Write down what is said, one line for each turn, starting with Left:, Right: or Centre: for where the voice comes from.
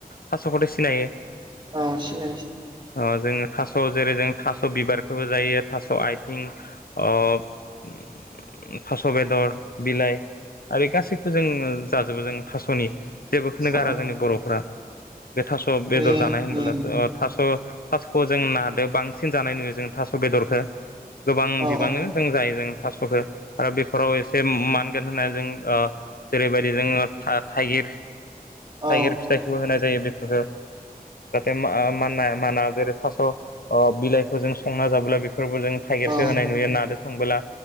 Left: थास'खौथ' सि नायो?
Right: औ सिनायोसै।
Left: ओ जोङो थास' जेरै जों थास' बिबारखौबो जायो थास' आथिं ओ थास' बेदर, बिलाइ आरो गासैखौ जों जाजोबो जों थास'नि जेबोखौनो
Right: औ
Left: गारा जोंनि बर'फ्रा। बे थास' बेदर
Right: नुयो
Left: जानाय होनबोला
Right: नुयो
Left: थास' थास'खौ जों नादो बांसिन जानाय नुयो जों थास' बेदरखौ गोबां
Right: औ
Left: बिबांनो जों जायो जों थास'खो आरो बेफोराव एसे मानगोन होननानै जों ओ जेरैबायदि जोङो था-थाइगिर
Right: औ
Left: थाइगिर फिथाइखौबो होनाय जायो बेफोरफोरखौ जाहाथे मा-मानाय-माना जेरै थास' ओ बिलाइखौ जों संना जाबोला बे फोरबो जों थाइगिरखौ
Right: औ
Left: होनाय नुयो नादो संबोला